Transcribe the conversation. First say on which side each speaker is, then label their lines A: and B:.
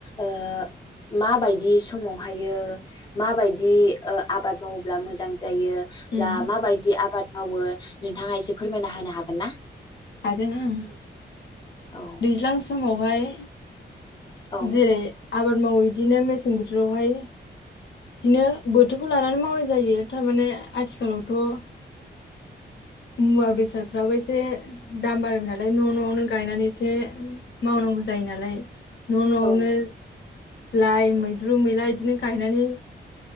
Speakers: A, on the left; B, on the left.
A: ओ माबायदि समावहाय माबादि ओ आबाद मावोब्ला मोजां जायो ब्ला
B: उम
A: माबायदि आ आबाद मावो नोंथाङा एसे फोरमायना होनो हागोन ना?
B: हागोन ओं
A: औ
B: दैज्लां समाव हाय
A: औ
B: जेरै आबाद मावो इदिनो मेसें बोथोरावहाय दिनो बोथोरखौ लानानै मावनाय जायो थारमाने आथिखालावथ' मुवा बेसारफ्राबो एसे दाम बारायबाय नालाय न' न'आवनो गायनानै एसे मावनांगौ जायो नालाय। न' न'आवनो
A: औ
B: लाइ मैद्रु मैला इदिनो गायनानै